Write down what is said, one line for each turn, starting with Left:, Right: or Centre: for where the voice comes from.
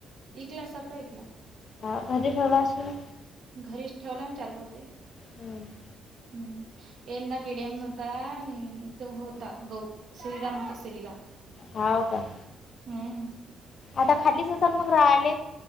Right: ईकला सगळा इकला.
Left: हा घरी ठेवला असेल ना?
Right: घरीच ठेवला ना चार पोते.
Left: हम्म.
Right: हम्म. यंदा केडेयम नव्हता. तो होता. गहु. श्रीराम होता श्रीराम.
Left: हाव का?
Right: हम्म.
Left: आता खालीच असेल मग राहिले?